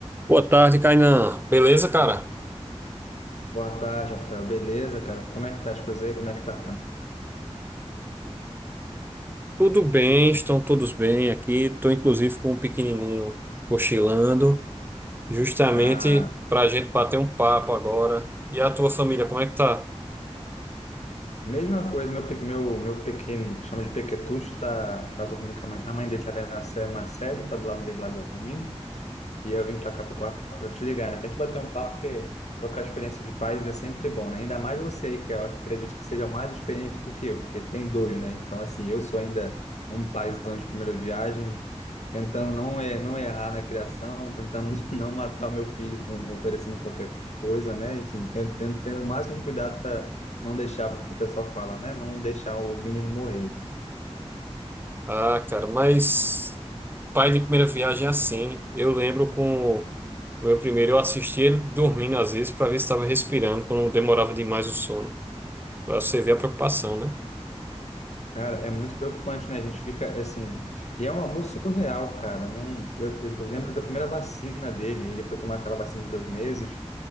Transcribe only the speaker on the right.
Boa tarde, Kainan. Beleza, cara?
Tudo bem, estão todos bem aqui. Estou inclusive com um pequenininho cochilando, justamente
para a gente bater um papo agora. E a tua família, como é que tá?
Ah, cara, mas pai de primeira viagem é assim. Eu lembro com o meu primeiro, eu assisti ele dormindo às vezes para ver se estava respirando, quando demorava demais o sono. Para você ver a preocupação, né?